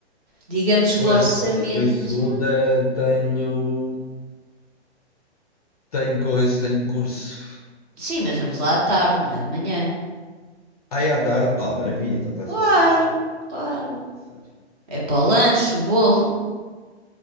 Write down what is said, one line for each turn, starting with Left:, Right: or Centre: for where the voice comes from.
Right: Digamos que
Left: Pois,
Right: o orçamento.
Left: mas olha, eu na segunda tenho. Tenho coisa, tenho curso.
Right: Sim, mas vamos lá à tarde, não é de manhã.
Left: Aí à tarde. Ah, maravilha, então está-se
Right: Claro,
Left: bem, está safe.
Right: claro.
Left: Está safe.
Right: É para o lanche, o bolo,